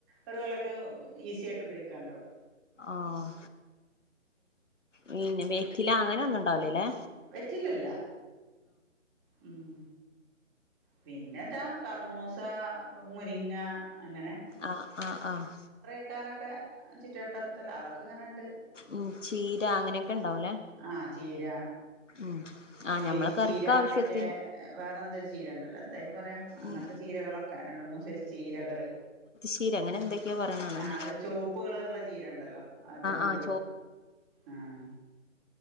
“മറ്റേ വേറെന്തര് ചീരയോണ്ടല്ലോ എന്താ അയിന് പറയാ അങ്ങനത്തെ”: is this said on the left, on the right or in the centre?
Right